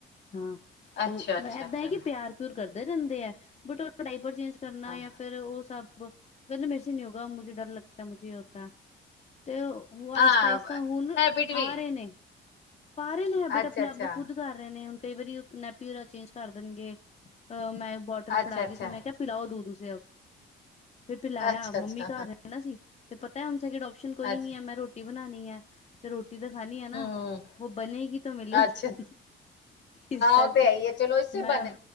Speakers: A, on the left (about 35°); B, on the left (about 65°).
A: ਹਾਂ
B: ਅੱਛਾ
A: ਉਹ
B: ਅੱਛਾ
A: ਮੈ ਏਦਾਂ
B: ਅੱਛਾ
A: ਹੈ, ਕਿ ਪਿਆਰ ਦੁਰ ਕਰਦੇ ਰਹਿੰਦੇ ਆ, ਬਟ ਉਹ ਪੜਾਈ ਚੇਂਜ ਕਰਨਾ
B: ਹਾਂ
A: ਧਾ ਫੇਰ ਉਹ ਸਭ ਕਹਿੰਦੇ ਮੇਰੇਸੇ ਨਹੀਂ ਹੋਗਾ ਮੁਝੇ ਡਰ ਲੱਗਦਾ ਮੁਝੇ ਇਹ ਹੋਤਾ ਤੇ ਉਹ ਆਹਿਸਤਾ,
B: ਹਾਂ
A: ਅਹਿਸਤਾ ਹੁਣ
B: ਹੈਬਿਟ
A: ਆ
B: ਵੀ
A: ਰਹੇ ਨੇ ਪਾ ਰਹੇ ਨੇ ਹੈਬਿਟ
B: ਅੱਛਾ
A: ਆਪਣੇ
B: ਅੱਛਾ
A: ਆਪ ਨੂੰ ਖੁਦ ਕਰ ਰਹੇ ਨੇ ਹੁਣ ਕਈ ਵਾਰੀ ਨੈਪਿਊਰ ਚੇਜ ਕਰ ਦੇਣਗੇ ਮੈਂ, ਵਾਟਰ
B: ਅੱਛਾ
A: ਫੜਾ ਗਈ
B: ਅੱਛਾ
A: ਸੀ, ਮੈਂ ਕਿਹਾ ਪਿਲਾਓ ਦੋ ਦੂਸੇ ਫਿਰ ਪਿਲਾਇਆ
B: ਅੱਛਾ
A: ਮਮੀ
B: ਅੱਛਾ
A: ਘਰ ਰਹਿਣਾ ਸੀ। ਤੇ ਪਤਾ ਹੁਣ ਸੈਕਿੰਡ ਆਪਸ਼ਨ ਕੋਈ
B: ਅੱਛਾ
A: ਨਹੀਂ ਐ, ਮੈਂ ਰੋਟੀ ਬਣਾਣੀ ਐ, ਤੇ ਰੋਟੀ ਦਿਖਾਣੀ ਐ ਨਾ।
B: ਹਮ
A: ਵੋ ਬਨੇਗੀ ਤਾਂ ਮਿਲੇਗੀ
B: ਅੱਛਾ
A: ਇਸ ਕਰਕੇ
B: ਉਹ ਤੇ ਆਈ ਈ ਐ, ਚਲੋ ਇਸੇ ਬਾਹਨੇ।
A: ਮੈਂ